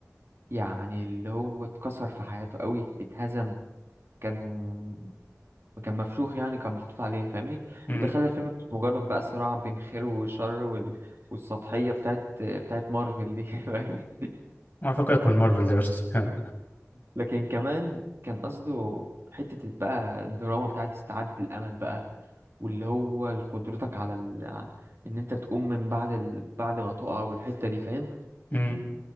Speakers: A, on the right; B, on the left.
A: يعني اللي هو اتكسر في حياته قوي اتهزم كان كان مفشوخ يعني كان محطوط عليه فاهمني
B: امم
A: وده خلى الفيلم مش مجرد بقى صراع بين خير وشر وال... والسطحية بتاعت بتاعت مارفل دي <laughs> فاهمني
B: على فكرة يكون مارفل دلوقتي ها.
A: لكن كمان كان قصده حتة بقى الدراما بتاعت استعادة الأمل بقى واللي هو قدرتك على ال... إن أنت تقوم من بعد ال... بعد ما تقع والحتة دي فاهم
B: امم